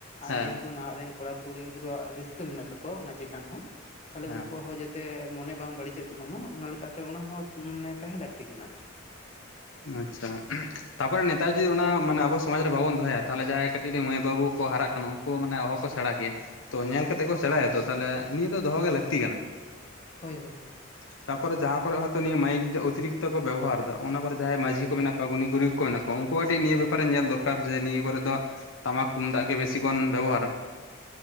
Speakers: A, on the left; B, on the left.
A: ᱦᱮᱸ
B: ᱟᱸ ᱡᱮᱦᱮᱛᱩ ᱱᱟᱦᱟᱜ ᱨᱮᱱ ᱠᱩᱲᱟ ᱠᱩᱲᱤ ᱜᱤᱫᱽᱨᱟᱹᱣᱟᱜ ᱨᱟᱹᱥᱠᱟᱹ ᱢᱮᱱᱟᱜ ᱛᱟᱠᱚᱣᱟ ᱚᱱᱟ ᱪᱮᱛᱟᱱ ᱦᱚᱸ ᱾ ᱛᱷᱟᱞᱮ
A: ᱦᱮᱸ
B: ᱩᱱᱠᱩᱣᱟᱜ ᱦᱚᱸ ᱡᱟᱛᱮ ᱢᱚᱱᱮ ᱵᱟᱝ ᱵᱟᱹᱲᱤᱡ ᱾ ᱪᱮᱜ ᱛᱟᱠᱚᱢᱟ ᱩᱱᱟ ᱞᱮᱠᱟᱛᱮ ᱩᱱᱟ ᱦᱚᱸ ᱢᱟᱱᱮ ᱛᱟᱦᱮᱸ ᱞᱟᱹᱠᱛᱤ ᱠᱟᱱᱟ ᱟᱨ ᱪᱤ ᱾
A: ᱟᱪᱪᱷᱟ ᱛᱟᱯᱚᱨᱮ ᱱᱮᱛᱟᱨ ᱡᱩᱫᱤ ᱚᱱᱟ ᱢᱟᱱᱮ ᱟᱵᱚ ᱥᱚᱢᱟᱡ ᱨᱮ ᱵᱟᱵᱩᱱ ᱫᱚᱦᱚᱭᱟ ᱛᱟᱦᱟᱞᱮ ᱡᱟᱦᱟᱸᱭ ᱠᱟᱹᱴᱤᱡ ᱠᱟᱹᱴᱤᱡ ᱢᱟᱹᱭ ᱵᱟᱹᱵᱩ ᱠᱚ ᱦᱟᱨᱟᱜ ᱠᱟᱱᱟ ᱩᱱᱠᱩ ᱦᱚᱸ ᱢᱟᱱᱮ ᱚᱦᱚ ᱠᱚ ᱥᱮᱬᱟ ᱠᱮᱭᱟ ᱾ ᱛᱚ ᱧᱮᱞ ᱠᱟᱛᱮᱜ ᱠᱚ ᱥᱮᱬᱟᱭᱟᱛᱚ ᱛᱟᱦᱞᱮ ᱱᱤᱭᱟᱹ ᱫᱚ ᱫᱚᱦᱚ ᱜᱮ ᱞᱟᱹᱠᱛᱤ ᱠᱟᱱᱟ
B: ᱦᱳᱭ ᱦᱳᱭ
A: ᱾ ᱛᱟᱯᱚᱨᱮ ᱡᱟᱦᱟᱸ ᱠᱚᱨᱮ ᱦᱚᱭᱛᱳ ᱱᱤᱭᱟᱹ ᱢᱟᱭᱤᱠ ᱚᱛᱤᱨᱤᱠᱛᱚ ᱠᱚ ᱵᱮᱵᱚᱦᱟᱨᱫᱟ ᱚᱱᱟ ᱠᱚᱨᱮ ᱾ ᱡᱟᱦᱟᱸᱭ ᱢᱟᱹᱡᱷᱤ ᱠᱚ ᱢᱮᱱᱟᱜ ᱠᱚᱣᱟ ᱜᱩᱱᱤ ᱜᱩᱨᱤᱵᱽ ᱠᱚ ᱢᱮᱱᱟᱜ ᱠᱚᱣᱟ ᱩᱱᱠᱩ ᱠᱟᱹᱴᱤᱡ ᱱᱤᱭᱟᱹ ᱵᱮᱯᱟᱨᱮ ᱧᱮᱞ ᱫᱚᱨᱠᱟᱨ ᱡᱮ ᱱᱤᱭᱟᱹ ᱠᱚᱨᱮᱜ ᱫᱚ ᱾ ᱴᱟᱢᱟᱠ ᱛᱩᱢᱫᱟᱜ ᱜᱮ ᱵᱮᱥᱤ ᱠᱷᱚᱱ ᱵᱮᱵᱚᱦᱟᱨᱟ ᱾